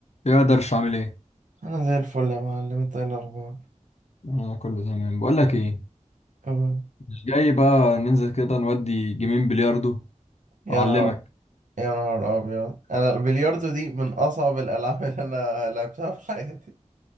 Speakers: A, on the left; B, on the right.
A: يا درش عامل ايه؟
B: انا زي الفل يا معلم انت ايه الاخبار
A: انا كله تمام بقول لك ايه
B: تمام.
A: مش جاي بقى ننزل كده نودي جيمين بلياردو
B: يا
A: اعلمك
B: نهار يا نهار ابيض انا البلياردو دي من اصعب الالعاب اللي انا لعبتها في حياتي